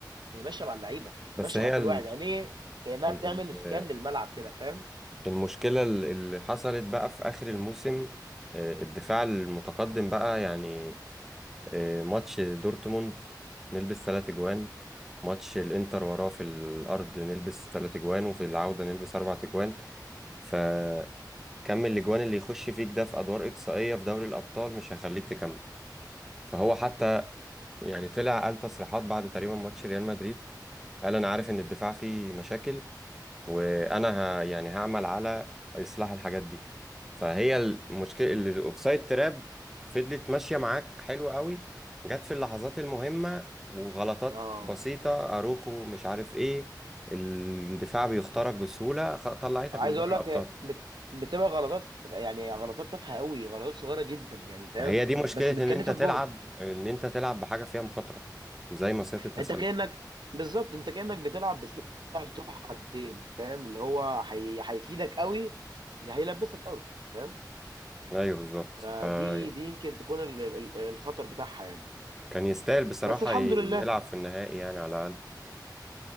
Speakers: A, on the right; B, in the centre.
A: هي ماشيه مع اللعيبه
B: بس
A: ماشيه
B: هي
A: مع كل
B: ال-
A: واحد عينيه كانها
B: ال-
A: بتعمل سكان
B: ال-
A: للملعب كده فاهم
B: المشكله ال- اللي حصلت بقى في اخر الموسم آه، الدفاع المتقدم بقى يعني آه، ماتش دورتموند نلبس ثلاث اجوان ماتش الانتر وراه في الارض نلبس ثلاث اجوان وفي العوده نلبس اربع اجوان ف كم الاجوان اللي يخش فيك ده في ادوار اقصائيه في دوري الابطال مش هيخليك تكمل فهو حتى يعني طلع قال تصريحات بعد تقريبا ماتش ريال مدريد قال انا عارف ان الدفاع فيه مشاكل وانا ه... يعني هعمل على اصلاح الحاجات دي فهي المشكله اللي الاوفسايد تراب فضلت ماشيه معاك حلو قوي جت في اللحظات المهمه وغلطات
A: اه
B: بسيطه اروخو مش عارف ايه الدفاع بيخترق بسهوله خ- طلعتك
A: عايز
B: من دوري
A: اقول
B: الابطال
A: لك هي بت... بتبقى غلطات يعني غلطات تافهه قوي غلطات صغيره جدا يعني فاهم
B: ما هي دي مشكلة
A: بس
B: ان
A: بتكلفك
B: انت تلعب
A: جهد
B: ان انت تلعب بحاجة فيها مخاطرة زي مصيدة التسلل
A: انت كانك بالظبط انت كانك بتلعب بسلاح ذو حدين فاهم اللي هو هي... هيفيدك قوي يا هيلبسك قوي فاهم
B: ايوه بالظبط
A: فدي
B: آه،
A: دي يمكن تكون ال... ال- ال- الخطر بتاعها يعني
B: كان يستاهل بصراحة
A: بس الحمد
B: ي-
A: لله
B: يلعب في النهائي يعني على الاقل